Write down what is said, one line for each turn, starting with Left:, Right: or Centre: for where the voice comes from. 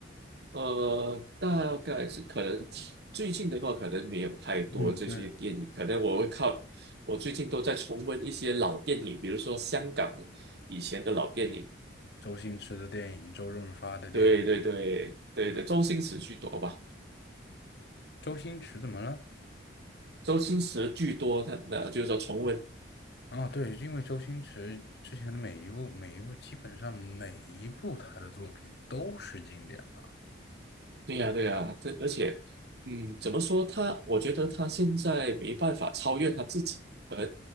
Right: 呃，大概是可能最近的话，可能没有太多这些电影，
Left: 嗯，对，
Right: 可能我会靠我最近都在重温一些老电影，比如说香港以前的老电影。
Left: 周星驰的电影，周润发的电影。
Right: 对对对对对，周星驰居多吧。
Left: 周星驰怎么了？
Right: 周星驰巨多，他呃就是说重温，
Left: 啊，对，因为周星驰之前的每一部、每一部，基本上每一部他的作品都是经典吧。
Right: 对呀、对呀、这而且，嗯，怎么说他？我觉得他现在没办法超越他自己，可能